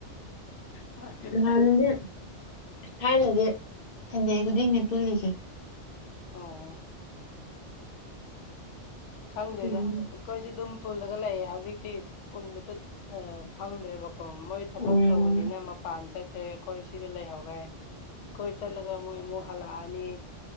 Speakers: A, on the left (about 85°); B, on the left (about 55°).
A: ꯃꯥꯅꯦ ꯃꯥꯅꯦ
B: ꯍꯟꯅꯗꯤ ꯊꯥꯏꯅꯗꯤ ꯁꯟꯗꯦ ꯈꯨꯗꯤꯡꯒꯤꯅꯦ ꯄꯨꯜꯂꯤꯁꯦ
A: ꯑꯣ ꯈꯪꯗꯦꯗ
B: ꯎꯝ
A: ꯑꯩꯈꯣꯏꯁꯨꯦ ꯑꯗꯨꯝ ꯄꯨꯜꯂꯒ ꯂꯩꯑꯦ ꯍꯧꯖꯤꯛꯇꯤ ꯄꯨꯟꯕꯗ ꯐꯪꯗ꯭ꯔꯦꯕꯀꯣ ꯃꯣꯏ ꯊꯕꯛ
B: ꯎꯝ
A: ꯇꯧꯕꯅꯤꯅ ꯃꯄꯥꯟ ꯆꯠꯈ꯭ꯔꯦ ꯑꯩꯈꯣꯏ ꯁꯤꯗ ꯂꯩꯍꯧꯔꯦ ꯑꯩꯈꯣꯏ ꯆꯠꯂꯒ ꯃꯣꯏꯃꯨ ꯍꯜꯂꯑꯅꯤ